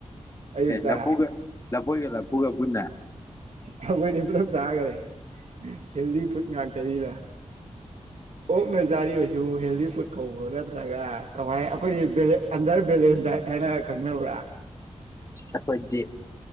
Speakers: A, on the right; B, on the left.
A: ꯑꯌꯨꯛꯇ
B: ꯂꯐꯨꯒ ꯂ ꯂꯐꯣꯏꯒ ꯂꯐꯨꯒ ꯄꯨꯟꯅ
A: ꯑꯩꯈꯣꯏꯗꯤ ꯄꯨꯂꯞ ꯆꯥꯒ꯭ꯔꯦ ꯍꯦꯜꯗꯤ ꯐꯨꯗ ꯉꯥꯛꯇꯅꯤꯅ ꯑꯣꯛꯅ ꯆꯔꯤꯁꯤꯕꯨ ꯍꯦꯜꯗꯤ ꯐꯨꯗ ꯀꯧꯕ꯭ꯔꯣ ꯅꯠꯇ꯭ꯔꯒ ꯀꯃꯥꯏ ꯑꯩꯈꯣꯏꯗꯤ ꯄꯦꯂꯦ ꯑꯟꯗꯔ ꯕꯦꯂꯦꯁ ꯗꯥꯏꯠ ꯍꯥꯏꯅꯔꯒ ꯈꯪꯅꯕ꯭ꯔꯥ
B: ꯑꯩꯈꯣꯏꯗꯤ